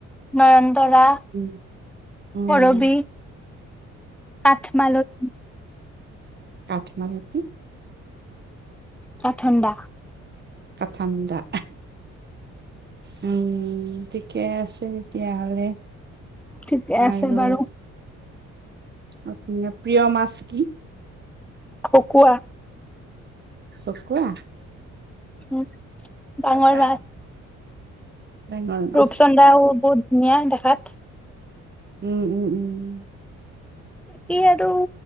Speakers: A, in the centre; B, on the right.
A: নয়ন তৰা,
B: উম, উম,
A: কৰৱী। আঠ মালত
B: আঠ ন' ৰাতি।
A: অ', ঠাণ্ডা।
B: ক' ঠাণ্ডা উম, ঠিকে আছে তেতিয়াহ'লে।
A: ঠিক আছে
B: আৰু
A: বাৰু।
B: আপোনাৰ প্ৰিয় মাছ কি?
A: খুকুৱা
B: চকুৱা
A: উম,
B: বাহ
A: ডাঙৰ
B: বাহ
A: মাছ
B: ডাঙৰ মাছ।
A: ৰূপচন্দা হ'ব। ধুনীয়া দেখাত।
B: উম, উম, উম, উম।
A: সি আৰু